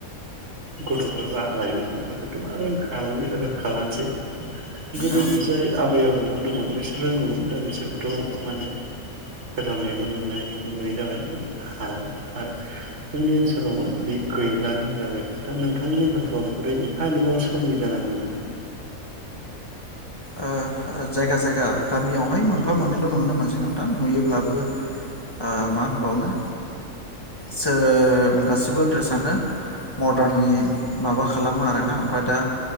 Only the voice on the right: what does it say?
गथ फोर बा लाइमोनफोर बेखौथ आरो रोंखालानोसै आरो रोंखालानोसै गोदोनि
जाय आबै आबौमोन दंमोन बिसोर रोंगौमोन दा बिसोरबोथ मा होनो। सोरबा मेगन नुनाय मेगन नुयै जाबाय माने हाला आरो जोंनि ओनसोलाव मा बे गैलानो होनजाबाय आरो दा नोंथांनि ओनसोलखौ बेफोरो एफा एनैबाबो सोलियो दा नंगौ ना?